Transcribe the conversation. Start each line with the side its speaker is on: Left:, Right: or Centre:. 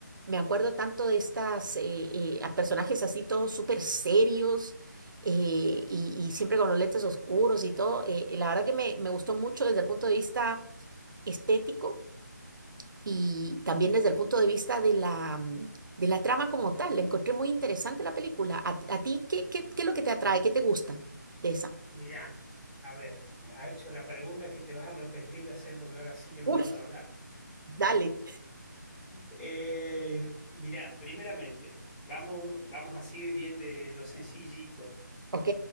Right: me acuerdo tanto de estas eh, eh, a personajes así todos súper serios eh, y, y siempre con los lentes oscuros y todo. eh, la verdad que me, me gustó mucho desde el punto de vista estético y también desde el punto de vista de la, mm, de la trama como tal. La encontré muy interesante la película. ¿A, a ti qué, qué, qué es lo que te atrae? ¿Qué te gusta de esa?
Left: Mirá, a ver, ha hecho la pregunta que te vas a arrepentir de hacer porque ahora sí que no
Right: Uf,
Left: paro de hablar.
Right: dale.
Left: Eh, mirá, primeramente, vamos, vamos así bien de lo sencillito.
Right: ¿Ok?